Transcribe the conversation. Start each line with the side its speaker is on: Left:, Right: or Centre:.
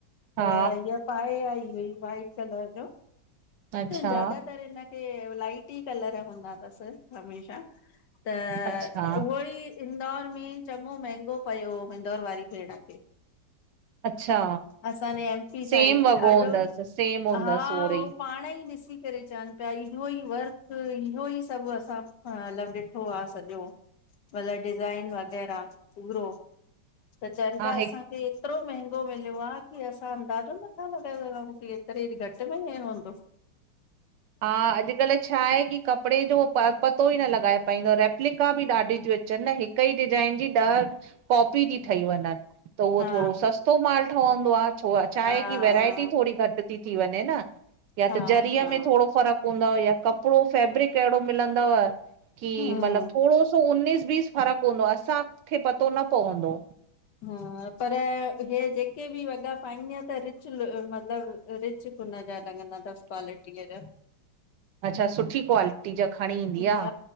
Right: हा
Left: त हीअ पाए आई हुई वाइट कलर जो
Right: अच्छा
Left: ज्यादातर हिनखे लाइट ई कलर हूंदा तस हमेशा त
Right: अच्छा
Left: उहो ई इंदौर में चंगो महंगो पयो हुओ इंदौर वारी भेण खे
Right: अच्छा
Left: असांजे एम पी
Right: सेम
Left: साइड
Right: वॻो
Left: ॾाढो
Right: हूंदसि सेम हूंदसि
Left: हा
Right: ओड़ो
Left: उहो
Right: ई
Left: पाणेई ॾिसी करे चवेन पया इहो ई वर्क इहो ई सभु असां मतलबु ॾिठो आहे सॼो मतलबु डिज़ाइन वग़ैरह पूरो त चवेन
Right: हा
Left: पिया
Right: हिक
Left: असांखे एतरो महंगो मिल मिलयो आ कि असां अंदाज़ो नथा लॻाए सिघउं की एतरे घटि में ईंय हूंदो
Right: हा अॼकल्ह छा आहे की कपिड़े जो पतो ई न लॻाए पाईंदव रेप्लिका बी ॾाढी तियूं हिन हिकु ई डिजाइन जी ॾह कॉपी थी ठही वञन त उहो
Left: हा
Right: थोरो सस्तो माल ठहंदो आ छो छाहे
Left: हा
Right: की वैरायटी थोरी घट ती थी वञे न या
Left: हा
Right: त ज़रिय
Left: हा
Right: में फर्क हुंदव या कपिड़ो फेब्रिक एहिड़ो मिलंदुव की
Left: हम्म
Right: मतलबु थोरो सो सो उन्नीस बीस फ़र्क हूंदो असांखे पतो न पवंदो
Left: हा पर हे जेके बि वॻा पाईंदिआं त रिच मतलबु रिच लुक जा लगंदा तस क्वालिटीय जा
Right: अच्छा सुठी क्वालिटी जा खणी ईंदी
Left: हा
Right: आ।